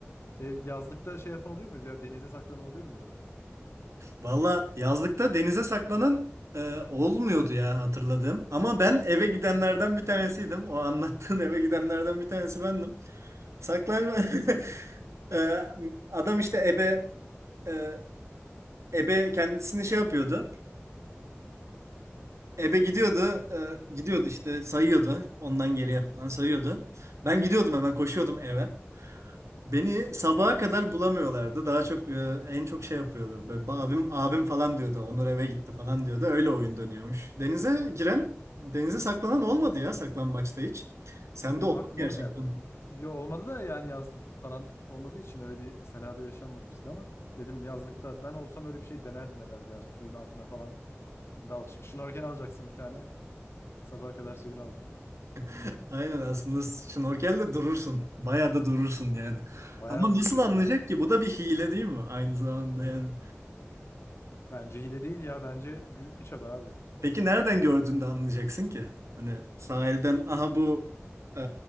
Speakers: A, on the left; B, on the right.
A: E, yazlıkta şey yapan oluyor muydu ya denize saklanan oluyor muydu?
B: Valla yazlıkta denize saklanan e, olmuyordu ya hatırladığım. Ama ben eve gidenlerden bir tanesiydim. O anlattığın eve gidenlerden bir tanesi bendim. Saklanma... <laughs> Ee, adam işte ebe e, ebe kendisini şey yapıyordu. Ebe gidiyordu. e, gidiyordu işte sayıyordu. Ondan geriye
A: Hı hı.
B: falan sayıyordu. Ben gidiyordum hemen koşuyordum eve. Beni sabaha kadar bulamıyorlardı. Daha çok e, en çok şey yapıyordu. Böyle abim abim falan diyordu. Onur eve gitti falan diyordu. Öyle oyun dönüyormuş. Denize giren, denize saklanan olmadı ya saklambaçta hiç. Sen
A: Benim
B: de oldu
A: aklıma
B: mu gerçekten.
A: o geldi. Yo olmadı da yani yazlık falan olmadığı için öyle bir senaryo yaşanmadı bizde ama dedim yazlıkta ben olsam öyle bir şey denerdim herhalde ya suyun altına falan dal çık. Şnorkel alacaksın bir tane sabaha kadar suyun altı.
B: <laughs> Aynen aslında şnorkelde durursun. Bayağı da durursun yani.
A: Bayağı
B: Ama nasıl
A: duruluyor
B: anlayacak
A: ya.
B: ki? Bu da bir hile değil mi? Aynı zamanda yani.
A: Bence hile değil ya bence büyük bir çaba abi.
B: Peki nereden gördüğünde anlayacaksın ki? Hani sahilden aha bu e,